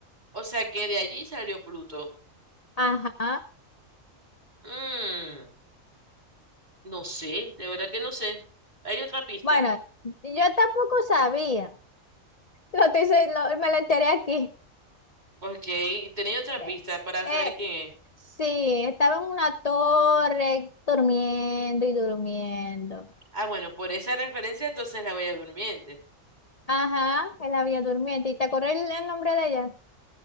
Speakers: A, on the right (about 35°); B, on the left (about 35°).
A: O sea que de allí salió Pluto.
B: Ajá.
A: Mm, no sé, de verdad que no sé. Hay otra pista.
B: Bueno, yo tampoco sabía. Lo estoy se- lo- me lo enteré aquí.
A: Ok, tenía otra
B: Eh,
A: pista para
B: eh,
A: saber quién es.
B: sí, estaba en una torre durmiendo y durmiendo.
A: Ah, bueno, por esa referencia entonces la Bella Durmiente.
B: Ajá, él había durmiendo. ¿Y te acordás el, el nombre de ella?